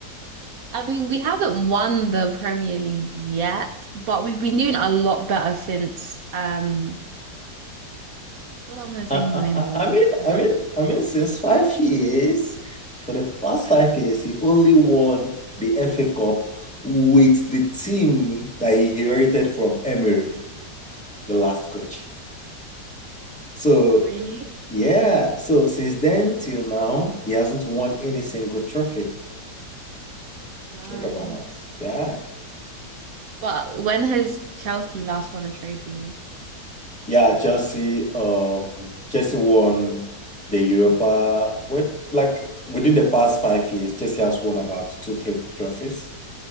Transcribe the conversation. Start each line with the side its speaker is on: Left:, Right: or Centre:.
Right: I mean, we haven't won the Premier League yet, but we've been doing a lot better since um well, I'm gonna say
Centre: I
Right: his name
Centre: I
Right: wrong.
Centre: I mean
Right: What
Centre: I mean I mean since five years, for the past five years, he only won the FA Cup with the team that he inherited from Emery, the last coach. So
Right: really?
Centre: yeah, so since then till now, he hasn't won any single trophy.
Right: Damn.
Centre: Think about that. Yeah.
Right: But when has Chelsea last won a trophy
Centre: Yeah, Chelsea. Um, Chelsea won the Europa. With, like within the past five years, Chelsea has won about two, three trophies.